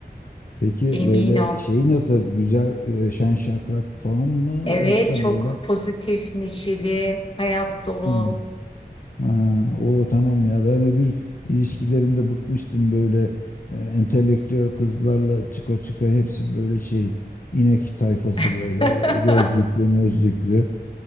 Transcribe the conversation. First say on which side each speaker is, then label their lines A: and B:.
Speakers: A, on the left; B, on the left.
A: peki
B: Emin
A: böyle
B: ol.
A: şey nasıl güzel e, şen şakrak falan mı
B: Evet,
A: yoksa
B: çok
A: böyle
B: pozitif, neşeli, hayat dolu.
A: hı. Ha, o tamam ya ben öbür ilişkilerimde bıkmıştım böyle e, entelektüel kızlarla çıka çıka hepsi böyle şey inek tayfası
B: <laughs>
A: böyle gözlüklü mözlüklü.